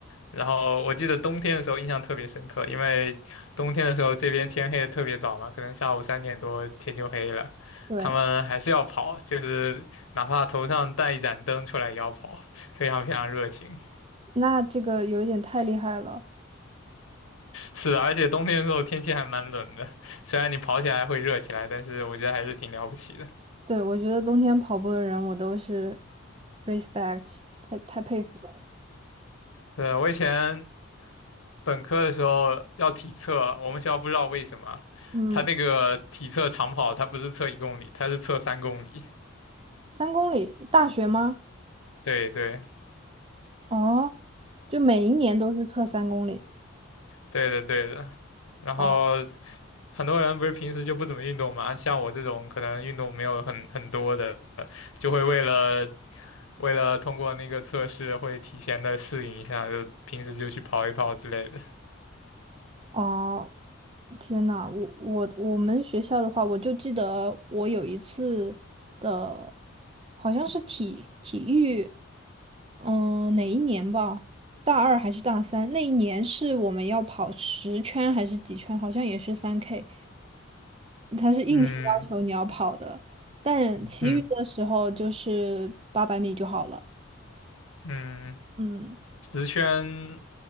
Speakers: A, on the left; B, on the right.
A: 然后我记得冬天的时候印象特别深刻，因为冬天的时候这边天黑的特别早嘛，可能下午三点多天就黑了，
B: 对，
A: 他们还是要跑，就是哪怕头上带一盏灯出来也要跑，非常非常热情。
B: 那这个有一点太厉害了。
A: 是的，而且冬天的时候天气还蛮冷的，虽然你跑起来会热起来，但是我觉得还是挺了不起的。
B: 对，我觉得冬天跑步的人，我都是 respect，太太佩服了。
A: 呃，我以前本科的时候要体测，我们学校不知道为什么，
B: 嗯，
A: 他那个体测长跑，他不是测一公里，他是测三公里。
B: 三公里，大学吗？
A: 对对，
B: 哦，就每一年都是测三公里。
A: 对的，对的。然后
B: 啊！
A: 很多人不是平时就不怎么运动嘛，像我这种可能运动没有很很多的，就会为了为了通过那个测试，会提前的适应一下，就平时就去跑一跑之类的。
B: 哦天呐，我我我们学校的话，我就记得我有一次的，好像是体体育，嗯、哪一年吧？大二还是大三？那一年是我们要跑十圈还是几圈？好像也是三 K。它是硬性要求你要跑的，
A: 嗯
B: 但其余的时候就是八百米就好了。
A: 嗯嗯，嗯
B: 嗯，
A: 十圈